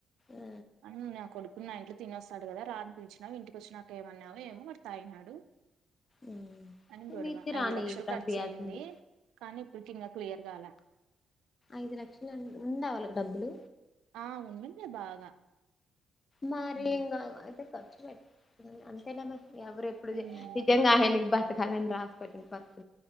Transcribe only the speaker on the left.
ఆ
ఉమ్,
మీ ఇచ్చి రాని
పంపియాల్సింది
ఐదు లక్షలు అం ఉందవలకు డబ్బులు
మరెం
గవలె ఖర్చు వెట్ ఊ అంతే లే మరీ ఎవరేప్పుడు
ది నిజంగా ఆయనకి బ కాల రాసిపెట్ <unintelligible>